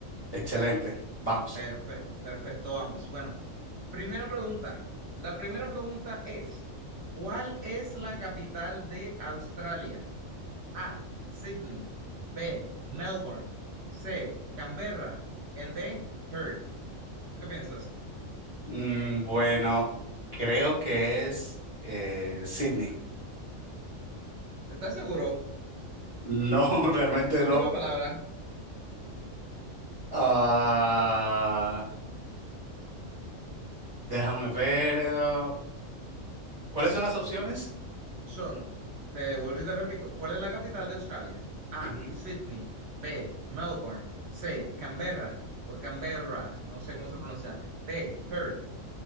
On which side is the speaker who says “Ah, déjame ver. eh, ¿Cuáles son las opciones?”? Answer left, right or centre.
Left